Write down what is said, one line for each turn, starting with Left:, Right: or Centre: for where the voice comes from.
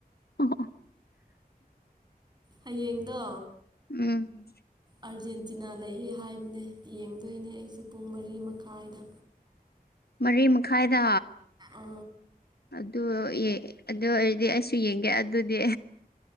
Left: ꯑꯣ ꯑꯣ
Right: ꯍꯌꯦꯡꯗꯣ
Left: ꯎꯝ
Right: ꯑꯥꯔꯖꯦꯟꯇꯤꯅꯥ ꯂꯩꯌꯦ ꯍꯥꯏꯕꯅꯦ ꯌꯦꯡꯗꯣꯏꯅꯦ ꯑꯩꯁꯨ ꯄꯨꯡ ꯃꯔꯤ ꯃꯈꯥꯏꯗ
Left: ꯃꯔꯤ ꯃꯈꯥꯏꯗ
Right: ꯑꯥ
Left: ꯑꯗꯨ ꯌꯦ ꯑꯗꯨ ꯑꯣꯏꯔꯗꯤ ꯑꯩꯁꯨ ꯌꯦꯡꯒꯦ ꯑꯗꯨꯗꯤ